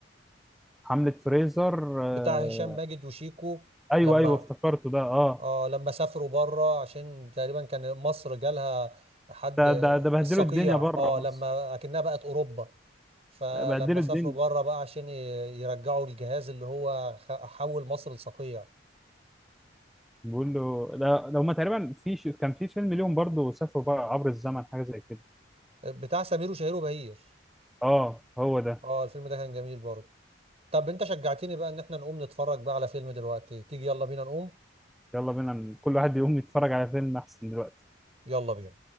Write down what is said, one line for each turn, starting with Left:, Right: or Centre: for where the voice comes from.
Centre: حمله فريزر آه
Right: بتاع هشام ماجد وشيكو
Centre: ايوه
Right: لما
Centre: ايوه افتكرته ده اه
Right: اه لما سافروا بره عشان تقريبا كان مصر جالها حد
Centre: ده ده ده بهدلوا
Right: الصقيع
Centre: الدنيا بره
Right: اه
Centre: مصر
Right: لما اكنها بقت اوروبا فلما
Centre: ده بهدلوا
Right: سافروا
Centre: الدنيا
Right: بره بقى عشان ي- يرجعوا الجهاز اللي هو خ- حول مصر لصقيع
Centre: بيقول له لا لو ما تقريبا في ش... كان في فيلم ليهم برضو سافروا بقى عبر الزمن حاجه زي كده
Right: بتاع سمير وشهير وبهير
Centre: اه هو ده
Right: اه الفيلم ده كان جميل برضه طب انت شجعتني بقى ان احنا نقوم نتفرج بقى على فيلم دلوقتي تيجي يلا بينا نقوم
Centre: يلا بينا كل واحد يقوم يتفرج على فيلم احسن دلوقتي
Right: يلا بينا